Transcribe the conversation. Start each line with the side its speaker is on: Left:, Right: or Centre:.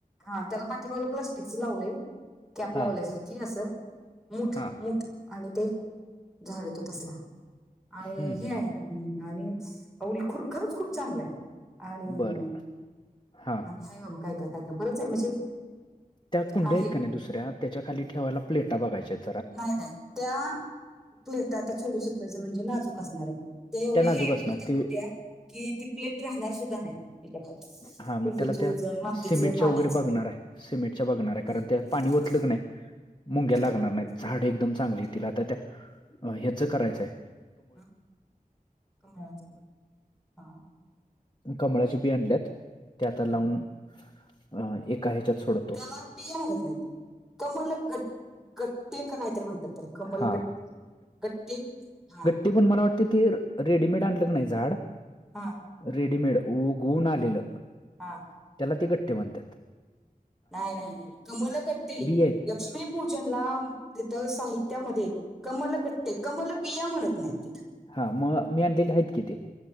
Centre: हा त्याला पाठीमाग प्लास्टिकचं लावलंय, कॅप
Left: हा
Centre: लावल्यासारखी असं. मुठ
Left: हा
Centre: मुठ आणि ते झाडू ते तसला. आणि
Left: हम्म,
Centre: हे
Left: हम्म.
Centre: आणि अवं, ल खर खरच खूप चांगलं आहे. आणि,
Left: बरं हां
Centre: आणि आहे बाबा काय काय. काय काय बरंच आहे म्हणजे
Left: त्या कुंड्या
Centre: आहे
Left: आहेत का नाही दुसऱ्या त्याच्या खाली ठेवायला प्लेटा बघायच्यात.
Centre: नाही नाही. त्या प्लेटा आता चोवीस रुपयाच म्हणजे नाजूक असणार आहे. ते एवढ्या
Left: त्या नाजूक
Centre: हेवी
Left: असणार
Centre: हायत्या
Left: ते
Centre: कुंड्या कि ती प्लेट राहणार सुद्धा नाही. त्याच्या खाली
Left: हा मग
Centre: कुंडीचं
Left: त्याला त्या
Centre: वजन मातीचं
Left: सिमेंटच्या
Centre: पाण्याचं
Left: वगैरे बघणार आहे. सिमेंटच्या बघणार
Centre: हम्म.
Left: आहे. कारण त्या पाणी
Centre: हा
Left: ओतलं
Centre: हा
Left: क नाय मुंग्या लागणार
Centre: बर बर
Left: नाहीत. झाड एकदम चांगली
Centre: कळालं.
Left: येतील. आता त्या ह्याच करायचंय
Centre: आं कमळाची हां
Left: कमळाची बी आणल्यात ते आता लावून
Centre: हा
Left: अ एका ह्याच्यात सोड
Centre: त्याला बिया म्हणत नाहीत कमल गत गट्टे का काहीतरी म्हणतात? तर कमलगट्टी
Left: हा
Centre: गट्टी हा
Left: ते पण मला वाटतंय ते रेडीमेड आणलं का नाही झाड
Centre: हां.
Left: रेडीमेड उगवून आलेलं.
Centre: हा
Left: त्याला ते गट्टे म्हणत्यात.
Centre: नाही नाही नाही नाही कमल गत्ते
Left: बी आहेत
Centre: लक्ष्मी पूजनला तिथं साहित्यामध्ये कमलगट्टे कमलबिया म्हणत नाहीत तिथं
Left: हा मग मी आणलेले आहेत कि ते.